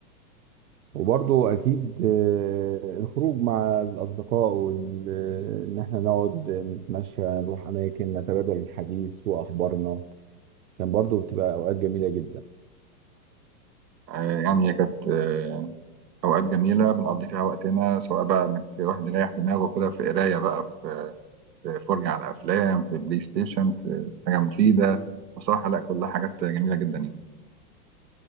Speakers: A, on the right; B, on the right.
A: وبرضه اكيد آه، الخروج مع الاصدقاء وان احنا نقعد نتمشى نروح اماكن نتبادل الحديث واخبارنا كان برضه بتبقى اوقات جميله جدا
B: آه، يعني هي كانت آه، اوقات جميله بنقضي فيها وقتنا سواء بقى انك الواحد يريح دماغه كده في قرايه بقى في في فرجه على افلام في بلاي ستيشن في حاجه مفيده بصراحه لا كلها حاجات جميله جدا يعني